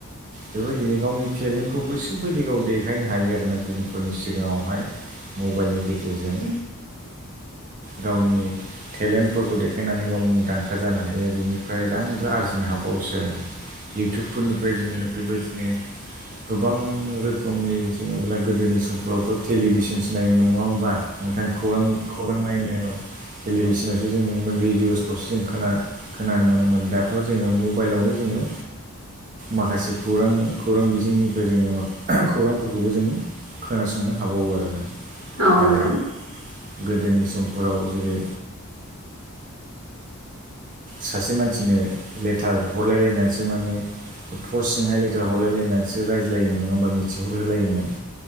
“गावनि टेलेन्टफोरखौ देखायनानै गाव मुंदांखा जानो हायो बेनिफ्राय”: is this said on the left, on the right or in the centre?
Right